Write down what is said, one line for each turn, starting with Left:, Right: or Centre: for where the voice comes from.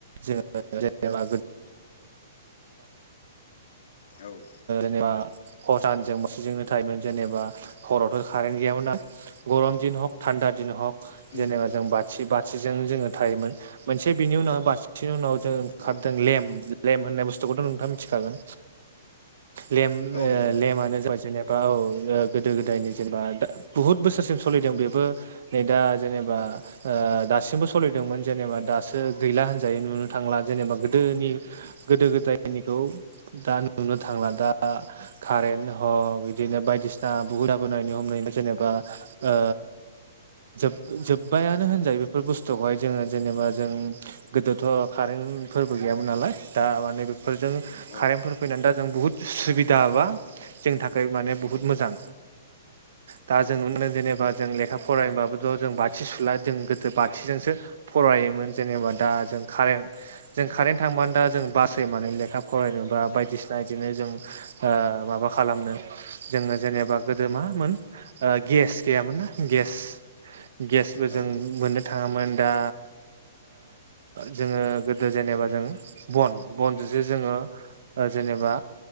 Right: जेनेबा
Left: औ
Right: जेबा हसानजों मसेजोंनो थायोमोन जेनेबा हरावथ' कारेट गैयामोन ना गम ह थान्दा द ह
Left: उम
Right: जेनब <unintelligible> जों बाथि बाथिजों जोङो थायोमोन मोनसे बिनि उनाव बाथि बिनि उनाव जों ओंखारदों
Left: औ
Right: लेम्प लेम्प होननाय बुस्थुखौथ' नोंथाङा मिथिखागोन। लेम
Left: औ
Right: ओ
Left: नंगौ नोंथां
Right: लेमानो जाबाय जोंनियाब बा औ गोदो गोदायनि जेनेबा बहुत बोसोरसिम सोलिदों बेबो नै दा जेनेबा ओ दासिमबो सलिदोंमोन जेनेबा दासो गैला होनजायो नुनो थांला। जेनेबा गोदोनि गोदो गोदायनिखौ दा नुनो थांला दा कारेन्ट अ बिदिनो बायदिसिना बुहुदा बोनायनि अनगायैबो जेनेबा ओ जोब जोब्बायानो होनजायो बेफोर बुस्थुखौहाय जोङो जेनेबा जों गोदोथ' कारेन्टफोरबो गैयामोन नालाय। दा माने बेफोरजों
Left: औ
Right: कारेन्टफोर फैनानै दा जों बुहुद सुबिदा बा जोंनि थाखाय माने बुहुत मोजां दा
Left: औ
Right: जों नुनो मोननाय जेनेबा जों लेखा फरायनोबाबोथ' जों बाथि सुला जों गोदो बाथिजोंसो फरायोमोन जेनेबा दा जों कारेन्ट जों कारेन्ट थांबानो दा जों बासायनानै लेखा फरायनोबा बायदिसिना बिदिनो जों माबा खालामनो जोङो जेनेबा गोदो मामोन गेस गैयामोन ना गेस गेसबो
Left: औ
Right: जों मोननो थाङामोन दा जोङो गोदो जेनेबा जों बन बनजोंसो जोङो जेनेबा